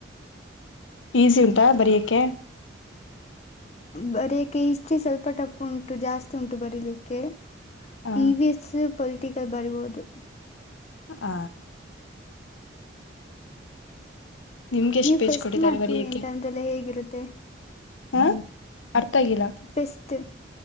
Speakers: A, on the left (about 85°); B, on the left (about 35°).
A: ಈಸಿ ಉಂಟಾ ಬರಿಯಕ ಕ್ಕೆ
B: ಬರಿಯಕ್ಕೆ ಇಷ್ಟಿ ಸ್ವಲ್ಪ ಟಫ್ ಉಂಟು ಜಾಸ್ತಿ ಉಂಟು ಬರೀಲಿಕ್ಕೆ
A: ಹ
B: E V S political ಬರೀಬೋದು
A: ಹ ನಿಮ್ಗೆ ಎಷ್ಟ್
B: ನೀವ್
A: ಪೇಜ್
B: ಫೆಸ್ಟ್
A: ಕೊಟ್ಟಿದ್ದಾರೆ
B: ಮಾಡ್ತೀವಿ
A: ಬರಿಯಕ್ಕೆ
B: ಅಂತ ಅಂದ್ರಲ್ಲ ಹೇಗಿರುತ್ತ ಮತ್ತು
A: ಹಾ ಅರ್ಥ ಆಗಿಲ್ಲ
B: ಫೆಸ್ಟ್